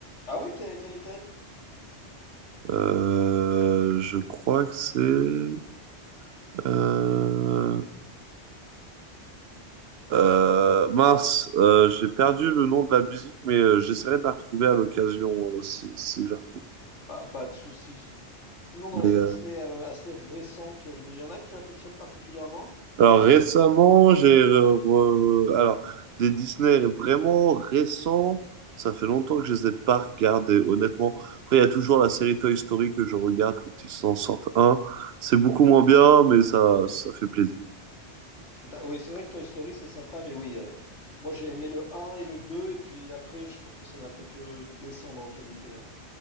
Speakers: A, on the left; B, on the right.
A: Ah oui, que- quelle, était.
B: Euh, je crois que c'est... Euh... euh, mince, euh, j'ai perdu le nom de la musique, mais euh, j'essaierai de la retrouver à l'occasion euh, si, si je la retrouve.
A: Pas, pas de souci. Sinon, dans
B: Mais
A: les
B: euh,
A: Disney euh, assez récents, tu- il y en a que tu affectionnes particulièrement?
B: Alors récemment, j'ai re- re- alors des Disney vraiment récents, ça fait longtemps que je les ai pas regardés, honnêtement. Après, il y a toujours la série Toy Story que je regarde quand ils s'en sortent un. C'est beaucoup moins bien, mais ça ça fait plaisir.
A: Da- oui, c'est vrai que Toy Story, c'est sympa, mais oui, euh, moi j'ai aimé le un et le 2 et puis après, je trouve que ça n'a fait que descendre en qualité. hein.